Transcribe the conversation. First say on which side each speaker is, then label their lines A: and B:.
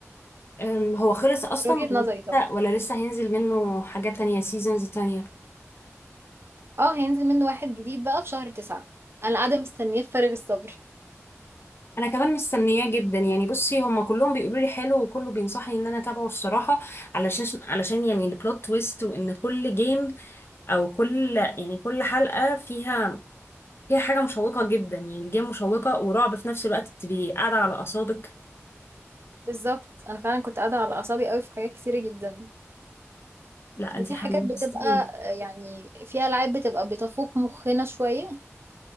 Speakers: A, on the left; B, on the right.
A: أم، هو خلص اصلا
B: من وجهة
A: ولا
B: نظري
A: لسه
B: طبعا
A: ولا لسه هينزل منه حاجات تانية سيزونز تانية
B: اه هينزل منه واحد جديد بقى في شهر تسعة أنا قاعدة مستنية بفارغ الصبر
A: انا كمان مستنياه جدا يعني بصي هما كلهم بيقولوا لي حلو وكله بينصحني ان انا اتابعه الصراحه علشان علشان يعني البلوت تويست وان كل جيم او كل يعني كل حلقه فيها فيها حاجه مشوقه جدا يعني الجيم مشوقه ورعب في نفس الوقت بتبقي قاعده على اعصابك
B: بالظبط أنا فعلا كنت قاعدة على أعصابي قوي في حاجات كتيرة جدا
A: لا
B: وفي
A: انت حمستيني
B: حاجات بتبقى آه، يعني في ألعاب بتبقى بتفوق مخنا شوية